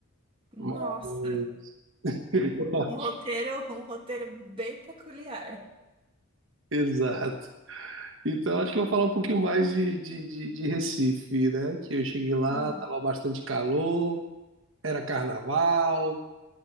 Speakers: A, on the right; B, on the right.
A: Nossa,
B: Mas- <laughs>
A: um roteiro, <laughs> um roteiro bem peculiar.
B: Exato. Então acho que eu vou falar um pouquinho mais de, de, de, de Recife, né? Que eu cheguei lá,
A: Uhum.
B: tava bastante calor, era carnaval,